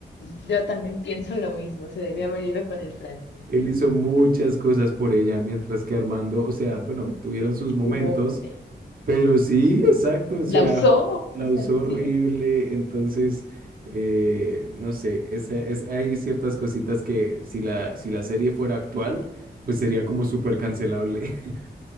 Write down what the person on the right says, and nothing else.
Él hizo muchas cosas por ella, mientras que Armando, o sea, bueno, tuvieron sus momentos
Pero sí, exacto, o sea,
ju- la
usó horrible,
entonces, eh, no sé, esa- es- hay ciertas cositas que si la, si la serie fuera actual, pues sería como súper cancelable. <laughs>